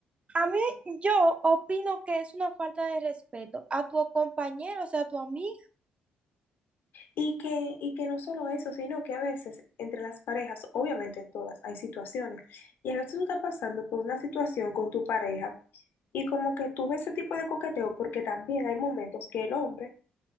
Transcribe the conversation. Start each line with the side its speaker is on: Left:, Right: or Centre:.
Right: a mí, yo opino que es una falta de respeto a tu compañero, o sea, a tu amigo.
Left: Y que, y que no solo eso, sino que a veces entre las parejas, obviamente en todas, hay situaciones. Y a veces tú estás pasando por una situación con tu pareja y como que tú ves ese tipo de coqueteo porque también hay momentos que el hombre